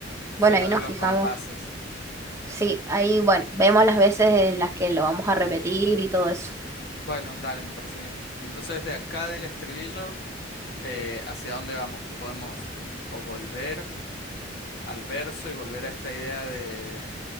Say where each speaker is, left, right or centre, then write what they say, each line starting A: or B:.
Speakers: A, on the right (about 15°); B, on the left (about 60°).
A: bueno,
B: sí, a
A: ahí
B: ver
A: nos
B: los
A: fijamos.
B: compases.
A: Sí, ahí bueno, vemos las veces en las que lo vamos a repetir y todo eso.
B: Bueno, dale, me parece bien. Y entonces de acá del estribillo, eh, ¿hacia dónde vamos? Podemos o volver al verso y volver a esta idea de,